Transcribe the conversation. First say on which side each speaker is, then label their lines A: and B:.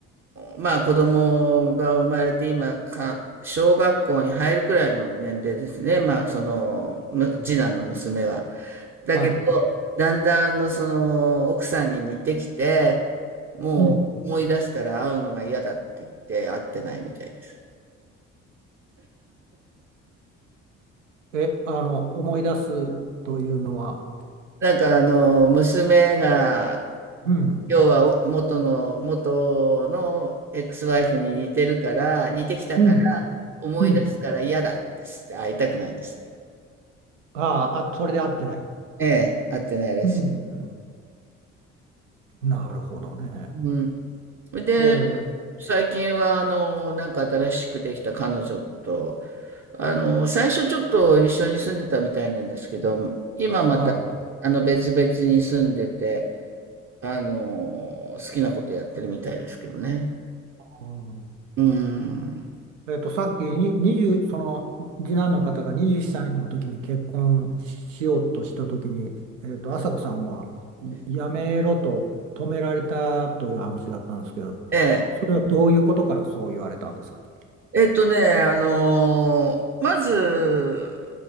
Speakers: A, on the right; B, on the right.
A: まあ子供が生まれて今か、小学校に入るくらいの年齢ですね。まあその、む次男の娘は。だけど、
B: はい。
A: だんだんあのその奥さんに似てきて、もう思い出すから会うのが嫌だって言って会ってないみたいです。
B: うん。え、あの、思い出すというのは、
A: なんかあの、娘が
B: うん、
A: 要は元の、元のエクスワイフに似てるから、似てきたから、
B: うん、
A: 思い出すから嫌なんですって、
B: うん。
A: 会いたくないんですって。
B: あーあ、それで合ってない。
A: ええ、会ってないらしい。
B: うん。なるほどね。
A: うん。で、
B: えー、
A: 最近は、あの、なんか新しくできた彼女と、あの、最初ちょっと一緒に住んでたみたいなんですけど、今また、
B: はい。
A: あの、別々に住んでて、あの、好きなことやってるみたいですけどね。
B: うん
A: うん。
B: えっと、さっきに20、その次男の方が21歳の時に結婚しようとした時に、えっと、朝子さんはいやめろと止められたという話だったんですけど、
A: ええ。
B: それはどういうことからそう言われたんですか
A: えっとね、あのーまず、